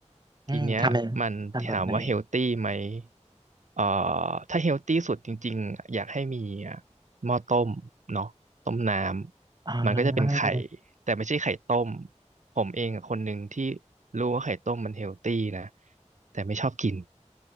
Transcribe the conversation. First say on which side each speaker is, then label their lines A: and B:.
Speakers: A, on the right; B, on the right.
A: อืมทำไม
B: ทีเนี้ยมันถามว่าเฮลตี้ไหม
A: ทำแบบไหน
B: เอ่อถ้าเฮลตี้สุดจริงๆ อยากให้มีอ่ะหม้อต้มเนาะต้มน้ำ
A: อ๋อ
B: มันก็จะเป็นไข่ แต่ไม่ใช่ไข่ต้ม ผมเองอะคนหนึ่งที่รู้ว่าไข่ต้มมันเฮลตี้นะแต่ไม่ชอบกิน